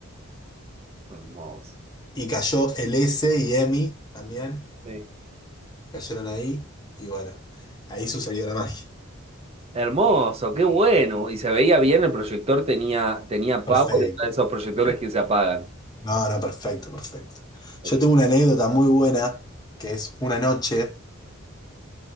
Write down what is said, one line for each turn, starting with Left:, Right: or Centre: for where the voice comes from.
Right: hermoso.
Left: Y cayó el S y Emi también,
Right: sí
Left: cayeron ahí, y bueno, ahí sucedió la magia.
Right: Hermoso, qué bueno. Y se veía bien, el proyector tenía, tenía
Left: Perfecto.
Right: power, era de esos proyectores que se apagan.
Left: No, no, perfecto, perfecto.
Right: Perfecto.
Left: Yo tengo una anécdota muy buena, que es una noche